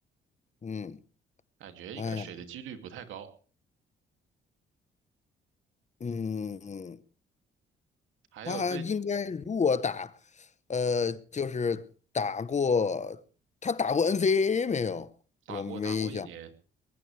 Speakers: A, on the left; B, on the right.
A: 嗯，
B: 感觉应该水的几率不太高。
A: 哎呀，嗯嗯，
B: 还有最
A: 他应该如果打，呃，就是打过，他打过 NCAA 没有？
B: 打过打过一年，
A: 我没印象。